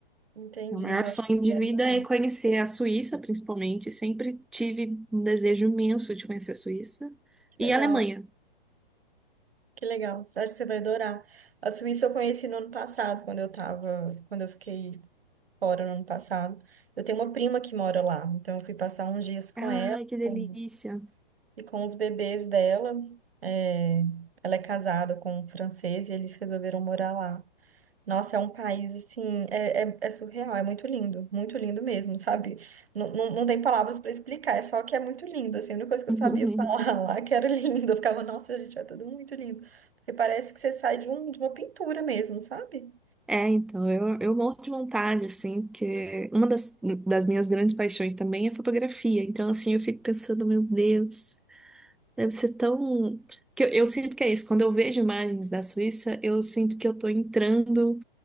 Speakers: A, on the right; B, in the centre.
A: Entendi,
B: O maior
A: eu
B: sonho
A: acho que você
B: de
A: vai
B: vida
A: adorar.
B: é conhecer a Suíça, principalmente. Sempre tive um desejo imenso de conhecer a Suíça
A: Que
B: e
A: Legal,
B: a Alemanha.
A: que legal. Acho que você vai adorar. A Suíça eu conheci no ano passado, quando eu tava, quando eu fiquei fora no ano passado. Eu tenho uma prima que mora lá, então eu fui passar uns dias com
B: Ai,
A: ela
B: que delícia!
A: com- e com os bebês dela. É, ela é casada com um francês e eles resolveram morar lá. Nossa, é um país assim, é, é, é surreal, é muito lindo, muito lindo mesmo, sabe? Não, não, não tem palavras para explicar, é só que é muito lindo, assim, a única coisa que
B: <laughs>
A: eu sabia falar <laughs> lá que era lindo, eu ficava, nossa, gente, é tudo muito lindo, porque parece que você sai de, um, de uma pintura mesmo, sabe?
B: É, então, eu, eu morro de vontade, assim, porque uma das, das minhas grandes paixões também é fotografia. Então, assim, eu fico pensando, meu Deus, deve ser tão. Que eu, eu sinto que é isso. Quando eu vejo imagens da Suíça, eu sinto que eu tô entrando,